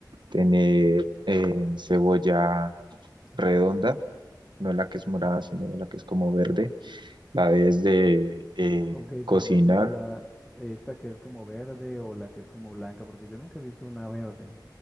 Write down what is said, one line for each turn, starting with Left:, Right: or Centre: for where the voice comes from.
Right: tener eh, cebolla redonda, no la que es morada, sino la que es como verde, la debes de eh,
Centre: Ok, espérame,
Right: cocinar.
Centre: pero la esta que es como verde o la que es como blanca, porque yo nunca he visto una verde.